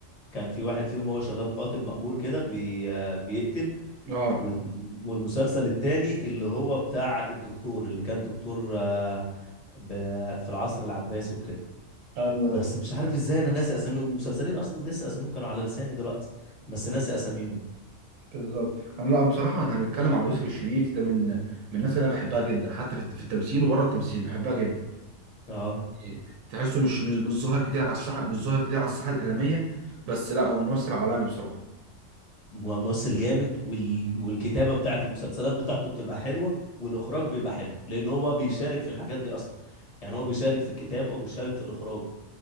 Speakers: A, on the left; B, on the right.
A: كان في واحد فيهم هو شغال قاتل مأجور كده بي... آه، بيقتل
B: اه
A: و- والمسلسل التاني اللي هو بتاع الدكتور اللي كان دكتور آه، ب... في العصر العباسي وكده
B: ايوه
A: بس
B: ايوه
A: مش عارف ازاي انا ناسي اساميهم المسلسلين اصلا لسه اساميهم كانوا على لساني دلوقتي بس ناسي اساميهم
B: بالظبط انا لا بصراحه انا هنتكلم على يوسف الشريف ده من من الناس اللي انا بحبها جدا حتى في في التمثيل وبره التمثيل بحبها جدا
A: اه
B: إيه، تحسه مش مش مش ظاهر كتير على الساحه مش ظاهر كتير على الساحه الاعلاميه بس لا هو ممثل عالمي بصراحه
A: ممثل جامد وال... والكتابه بتاعت المسلسلات بتاعته بتبقى حلوه والاخراج بيبقى حلو لان هو بيشارك في الحاجات دي اصلا يعني هو بيشارك في الكتابه وبيشارك في الاخراج